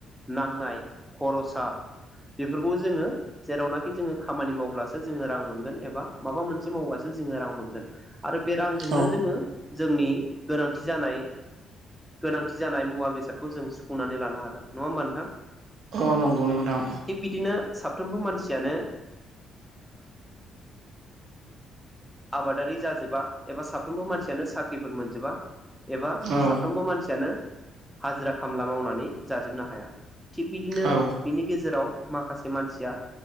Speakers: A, in the centre; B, on the right.
A: नांनाय खरसा बेफोरखौ जोङो जेरावनाखि जोङो खामानि मावब्लासो जोङो रां मोनगोन एबा माबा मोनसे मावब्लासो जोङो रां मोनगोन आरो बे रांजोंनो
B: औ
A: जोङो जोंनि गोनांथि जानाय गोनांथि जानाय मुवा बेसादखौ जों सुफुंनानै लानो हागोन नङा होमबा नोंथां
B: औ नंगौ नोंथां
A: थिग बिदिनो साफ्रोमबो मानसियानो ओ आबादारि जाजोबा एबा साफ्रोमबो मानसियानो साख्रिफोर मोनजोबा एबा
B: औ
A: साफ्रोमबो मानसियानो हाजिरा खामला मावनानै जाजोबनो हाया थिग बिदिनो
B: औ
A: बिनि गेजेराव माखासे मानसिया